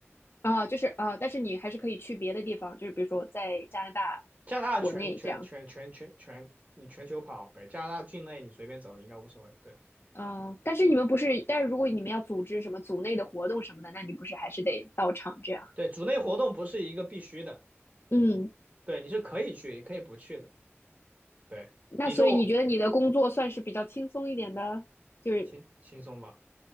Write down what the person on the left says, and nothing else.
啊？就是啊，但是你还是可以去别的地方，就是比如说在加拿大
国内这样。
嗯，但是你们不是，但是如果你们要组织什么组内的活动什么的，那你不是还是得到场这样？
嗯，
那所以你觉得你的工作算是比较轻松一点的，
就是